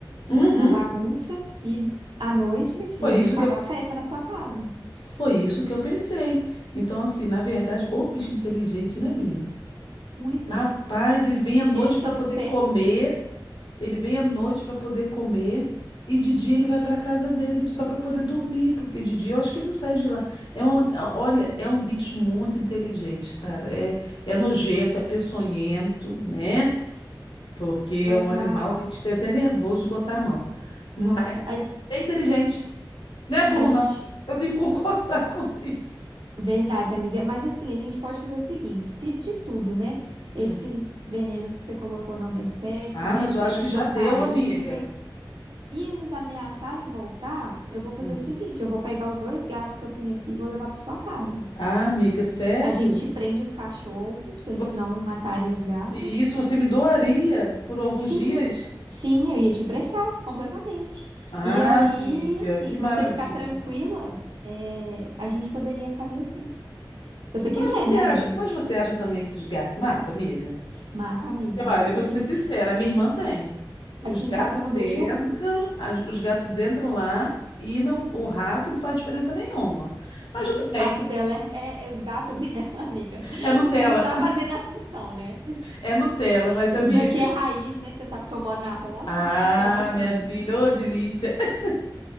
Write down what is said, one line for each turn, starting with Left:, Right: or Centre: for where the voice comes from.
Left: Uhum,
Right: Na bagunça. E à noite, minha filha,
Left: foi isso
Right: ele faz
Left: que eu,
Right: a festa na sua casa.
Left: foi isso que eu pensei. Então, assim, na verdade, ô bicho inteligente, né, menina?
Right: Muito.
Left: Rapaz, ele vem à noite
Right: Eles
Left: para
Right: são
Left: poder
Right: espertos,
Left: comer. Ele vem à noite para poder comer e de dia ele vai para casa dele só para poder dormir, porque de dia eu acho que ele não sai de lá. É um, é, olha, é um bicho muito inteligente, cara. É, é nojento, é peçonhento, né? Porque
Right: mas
Left: é um animal
Right: a.
Left: que a gente tem até nervoso de botar a mão. Mas
Right: Nossa, a,
Left: é inteligente. Não é burro,
Right: a gente.
Left: não. Eu tenho que <laughs> concordar com isso.
Right: Verdade, amiga. Mas assim, a gente pode fazer o seguinte: se de tudo, né? Esses
Left: Hum.
Right: venenos que você colocou não der certo,
Left: Ah,
Right: né?
Left: mas
Right: Se
Left: eu acho
Right: eles
Left: que já
Right: não
Left: deu,
Right: caírem,
Left: amiga.
Right: se eles ameaçarem voltar, eu vou fazer
Left: Hum.
Right: o seguinte: eu vou pegar os dois gatos que eu tenho aqui e vou levar para sua casa.
Left: Ah, amiga, sério?
Right: A gente prende os cachorros para
Left: Você...
Right: eles não matarem os gatos.
Left: E isso você me doaria por alguns
Right: Sim,
Left: dias?
Right: sim, eu ia te emprestar completamente.
Left: Ah,
Right: E aí,
Left: amiga,
Right: assim,
Left: que maravilha.
Right: pra você ficar tranquila, é, a gente poderia fazer assim. Se você quiser,
Left: Mas você
Right: né,
Left: acha,
Right: amiga?
Left: mas você acha também que esses gatos matam, amiga?
Right: Mata, a amiga.
Left: E Olha, eu
Right: Aqui,
Left: vou te ser
Right: em-
Left: sincera, a minha irmã tem. Os
Right: aqui
Left: gatos
Right: em casa eu não vejo
Left: entram,
Right: um.
Left: as- os gatos entram lá e não, o rato não faz diferença nenhuma. Mas
Right: Esses
Left: tudo bem,
Right: ratos dela é, é- é os gatos <laughs> dela, amiga.
Left: é Nutella,
Right: Não tá fazendo a função, né?
Left: é Nutella, mas
Right: Os
Left: amiga.
Right: daqui é raiz, né? Que você sabe que eu moro na roça,
Left: Ah,
Right: né? Então, assim,
Left: minha filha, ô delícia. <laughs>